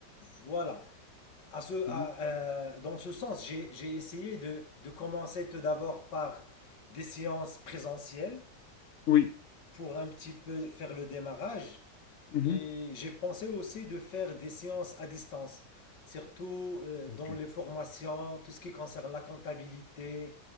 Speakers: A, on the left; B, on the left.
A: Voilà. À ce,
B: Mhm.
A: à, euh, dans ce sens, j'ai, j'ai essayé de, de commencer tout d'abord par des séances présentielles
B: Oui.
A: pour un petit peu faire le démarrage.
B: Mhm.
A: Et j'ai pensé aussi de faire des séances à distance, surtout euh,
B: Ok.
A: dans les formations, tout ce qui concerne la comptabilité.